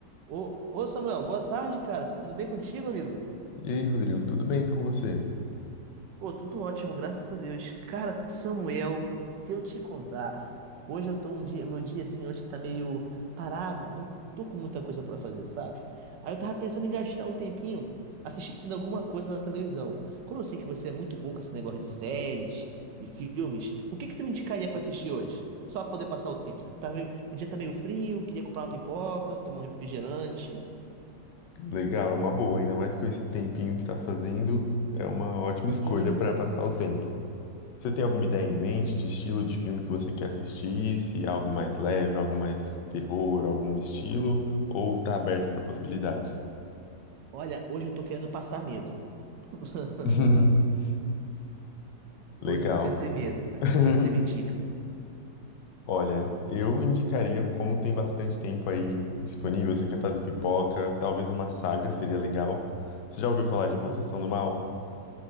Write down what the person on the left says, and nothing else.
E aí, Rodrigo, tudo bem com você?
Legal, é uma boa, ainda mais com esse tempinho que tá fazendo, é uma ótima escolha
para passar o tempo. Você tem alguma ideia em mente de estilo de filme que você quer assistir? Se é algo mais leve, algo mais terror, algum estilo? Ou tá aberto para possibilidades?
<laughs> Legal.
<laughs>
Olha, eu indicaria, como tem bastante tempo aí disponível, você quer fazer pipoca, talvez uma saga seria legal. Você já ouviu falar de Invocação
do Mal?